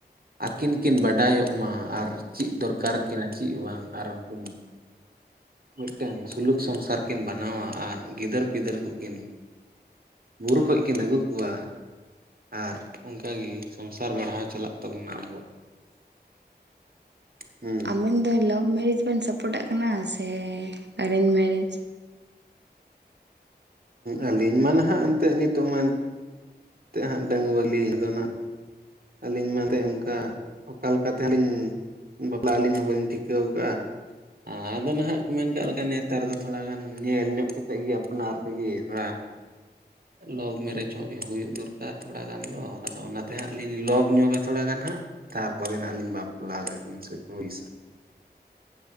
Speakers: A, on the right; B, on the right.
A: ᱟᱹᱠᱤᱱ ᱠᱤᱱ ᱵᱟᱰᱟᱭᱚᱜ ᱢᱟ ᱟᱨ ᱪᱮᱫ ᱫᱚᱨᱠᱟᱨ ᱟᱠᱤᱱᱟ ᱟᱨ ᱪᱮᱫ ᱵᱟᱝ ᱟᱨ ᱩᱱᱠᱤᱱ ᱢᱤᱫᱴᱮᱱ ᱥᱩᱞᱩᱠ ᱥᱚᱝᱥᱟᱨ ᱠᱤᱱ ᱵᱮᱟᱱᱟᱣᱟ ᱟᱨ ᱜᱤᱫᱟᱹᱨ ᱯᱤᱫᱟᱹᱨ ᱠᱚᱠᱤᱱ ᱵᱩᱨᱩ ᱠᱷᱚᱡ ᱠᱤᱱ ᱟᱹᱜᱩ ᱠᱚᱣᱟ ᱟᱨ ᱚᱱᱠᱟᱜᱮ ᱥᱚᱝᱥᱟᱨ ᱵᱟᱲᱦᱟᱣ ᱪᱟᱞᱟᱜ ᱛᱟᱵᱚᱱᱟ ᱟᱵᱚᱣᱟᱜ ᱦᱮᱸ
B: ᱟᱵᱮᱱ ᱫᱚ ᱞᱟᱵᱷ ᱢᱮᱨᱮᱧᱡ ᱵᱮᱱ ᱥᱟᱯᱚᱴᱟᱜ ᱠᱟᱱᱟ ᱥᱮ ᱮᱨᱮᱧᱡᱽ ᱢᱮᱨᱮᱧᱡ
A: ᱟᱹᱞᱤᱧ ᱢᱟ ᱱᱟᱦᱟᱜ ᱮᱱᱛᱮᱫ ᱱᱤᱛᱚᱜ ᱢᱟ ᱮᱛᱮᱫ ᱦᱟᱸᱜ ᱰᱟᱹᱝᱣᱟᱹᱞᱤ ᱟᱫᱚ ᱱᱟᱜ ᱟᱹᱞᱤᱧ ᱢᱟ ᱮᱱᱛ <unintelligible> ᱚᱱᱠᱟ ᱚᱠᱟᱞᱮᱠᱟ ᱛᱮᱦᱞᱤᱧ ᱵᱟᱯᱞᱟ ᱟᱹᱞᱤᱧ ᱦᱚᱸ ᱵᱟᱹᱞᱤᱧ ᱴᱷᱤᱠᱟᱹᱣ ᱟᱠᱟᱫᱼᱟ ᱟᱫᱚ ᱱᱟᱦᱟᱜ ᱠᱚ ᱢᱮᱱ ᱠᱟᱜ ᱞᱮᱠᱟ ᱱᱮᱛᱟᱨ ᱫᱚ ᱛᱷᱚᱲᱟ ᱜᱟᱱ ᱧᱮᱞ ᱧᱚᱜ ᱠᱟᱛᱮᱫ ᱜᱮ ᱟᱯᱱᱟᱨ ᱛᱮᱜᱮ ᱛᱷᱚᱲᱟ ᱞᱚᱵᱷ ᱢᱮᱨᱮᱡᱽ ᱦᱩᱭ ᱫᱚᱨᱠᱟᱨ ᱛᱷᱚᱲᱟ ᱜᱟᱱ ᱫᱚ ᱟᱫᱚ ᱚᱱᱟᱛᱮ ᱦᱟᱸᱜ ᱞᱤᱧ ᱞᱚᱵᱷ ᱧᱚᱜᱟ ᱛᱷᱚᱲᱟ ᱜᱟᱱ ᱦᱟᱸᱜ ᱛᱟᱨᱯᱚᱨᱮ ᱦᱟᱸᱟᱜ ᱞᱤᱧ ᱵᱟᱯᱞᱟ ᱫᱚᱧ ᱦᱩᱭᱤᱥᱟ